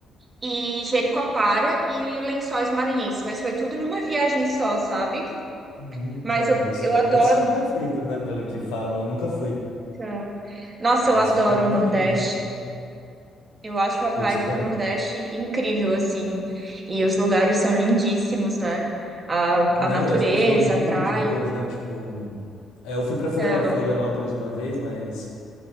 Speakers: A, on the right; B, on the left.
A: e Jericoacoara e Lençóis Maranhenses, mas foi tudo numa viagem só, sabe?
B: Uhum.
A: Mas
B: Nossa,
A: eu,
B: mas esses
A: eu
B: lugares
A: adoro.
B: são perfeitos, né? Pelo que falam, eu nunca fui.
A: hum, Nossa,
B: Mas
A: eu adoro
B: falam muito
A: o Nordeste.
B: bem disso, né?
A: Eu acho a vibe
B: Putz, eu também.
A: do Nordeste incrível, assim. E os lugares são lindíssimos, né? A,
B: Não,
A: a natureza,
B: e as pessoas, muita
A: a praia.
B: gente boas, né? Tipo, é, eu fui para Florianópolis
A: Então,
B: uma vez, mas